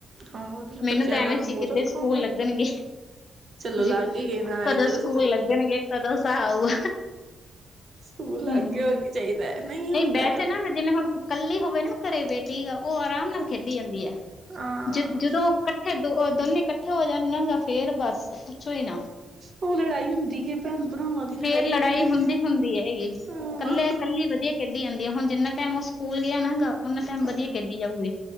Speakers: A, on the right; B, on the left.
A: ਹਾਂ
B: ਮੈਨੂੰ
A: ਬੱਚਿਆਂ
B: ਤਾਂ
A: ਨਾਲ
B: ਐਵੇਂ ਸੀ
A: ਬਹੁਤ
B: ਕਿੱਧੇ
A: ਔਖਾ
B: ਸਕੂਲ
A: ਹੁੰਦਾ
B: ਲੱਗਣਗੇ
A: ਚਲੋ
B: ਜ
A: ਲੱਗ ਹੀ ਗਏ ਨਾ
B: ਕਦੋਂ
A: ਇੱਕ ਤਾਂ
B: ਸਕੂਲ ਲੱਗਣਗੇ ਕਦੋਂ ਸਾ ਆਊਗਾ।
A: ਸਕੂਲ
B: ਹੂੰ।
A: ਅੱਗੇ ਹੋ ਕੇ ਚਾਹੀਦਾ ਨਹੀਂ ਹੁੰਦਾ।
B: ਵੈਸੇ ਨਾ ਜਿਵੇਂ ਹੁਣ ਕੱਲੀ ਹੋਵੇ ਨਾ ਘਰੇ ਬੇਟੀ ਗ ਉਹ ਆਰਾਮ ਨਾਲ ਖੇਡੀ ਜਾਂਦੀ ਹੈ
A: ਹਾਂ
B: ਜਿ ਜਦੋਂ ਇਕੱਠੇ ਦੋ ਦੋਨੇ ਇਕੱਠੇ ਹੋ ਜਾਣ ਲੰਘਗਾ ਫੇਰ ਬਸ ਪੁੱਛੋ ਹੀ ਨਾ
A: ਉਹ ਲੜਾਈ ਹੁੰਦੀ ਹੈ। ਭੈਣ ਭਰਾਵਾਂ ਦੀ
B: ਫੇਰ ਲੜਾਈ
A: ਹੈਗੀ
B: ਹੁੰਦੀ ਹੁੰਦੀ ਹੈਗੀ ਇਕੱਲੇ
A: ਹੈ ਹਾਂ
B: ਇਕੱਲੀ ਵਧੀਆ। ਖੇਡੀ ਜਾਂਦੀ ਹੈ ਹੁਣ ਜਿੰਨਾ ਟਾਈਮ ਉਹ ਸਕੂਲ ਗਿਆ ਨਾ ਗ ਉਹਨਾ ਟਾਈਮ
A: ਹਾਂਜੀ
B: ਵਧੀਆ ਖੇਡ ਜਾਵੇ